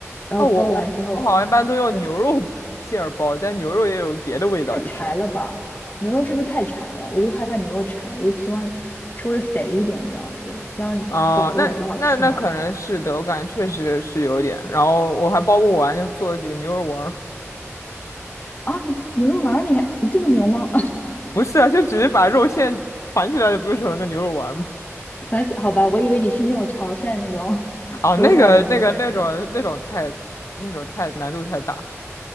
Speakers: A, on the left (about 35°); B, on the left (about 75°).
A: 然后包完之后，
B: 啊，我我我好像一般都用牛肉
A: 对。
B: <laughs> 馅儿包，但牛肉也有别的味道就是了。
A: 太柴了吧？牛肉是不是太柴了？我就害怕牛肉柴，我就希望稍微肥一点这样子，这样子饺子会比较好吃嘛。
B: 啊、那那那可能是的，我感觉确实是有点。然后我还包不完，就做了几个牛肉丸儿。
A: 啊，牛肉丸儿你还你这么牛吗？
B: 不是啊，就只是把肉馅团起来，不就成了个牛肉丸儿吗？
A: <laughs> 反正好吧，我以为你是那种潮汕那种手打牛肉丸那种。
B: 啊，那个那个那种那种太那种太难度太大。